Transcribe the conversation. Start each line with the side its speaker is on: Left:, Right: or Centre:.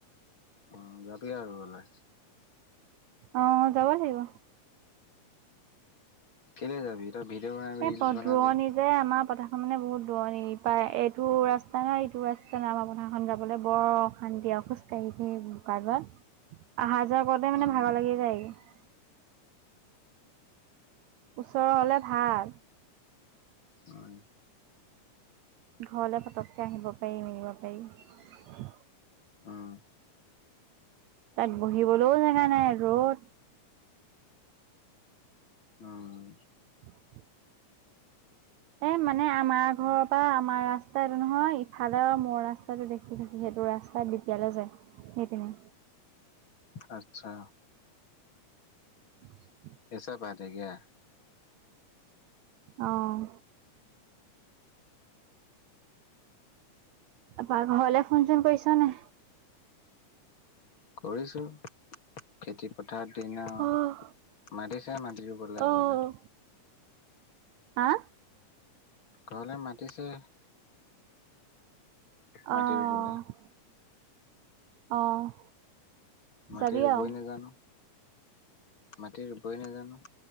Left: অ' যাবি আৰু ৰুবলে।
Right: অ' যাব লাগিব।
Left: কেলে যাবি? তই ভিডিঅ' বনাবি
Right: এ,
Left: ৰিলচ
Right: পদ
Left: বনাবি।
Right: ৰোৱনী যে আমাৰ পথাৰখন মানে বহুত দূৰণি, ইপাৰে এইটো ৰাস্তা নাই এইটো ৰাস্তা নাই আমাৰ পথাৰখন যাবলে বৰ অশান্তি আও খোজ কাঢ়ি কাঢ়ি বোকাৰপা। আহা যোৱা কৰোঁতে মানে
Left: উম,
Right: ভাগৰ লাগি যায়গে। ওচৰৰ হ'লে ভাল।
Left: <unintelligible>
Right: ঘৰলে পটককে আহিব পাৰি, মেলিব পাৰি।
Left: উম,
Right: তাত বহিবলৈও জেগা নাই, ৰ'দ।
Left: উম,
Right: <inaudible> এ, মানে আমাৰ ঘৰৰ পৰা আমাৰ ৰাস্তা এইটো নহয়, ইফালৰ মোৰ ৰাস্তাটো দেখি দেখি থাকি সেইটো ৰাস্তা বিপিয়ালে যায়, সেইপিনে।
Left: আচ্ছা।
Right: <inaudible>
Left: এচা পাই থাকিয়া।
Right: অ'। বা ঘৰলে ফোন চোন কৰিছা নে?
Left: কৰিছোঁ, খেতি পথাৰৰ দিন আৰু।
Right: অ',
Left: মাতিছে মাটি ৰুবলে
Right: অ'।
Left: ঘৰলে।
Right: হা?
Left: ঘৰলে মাতিছে। মাটি
Right: অ'।
Left: ৰুবলে
Right: অ'। যাবি
Left: মাটি ৰুবই
Right: আৰু।
Left: নাজানো। মাটি ৰুবই নাজানো।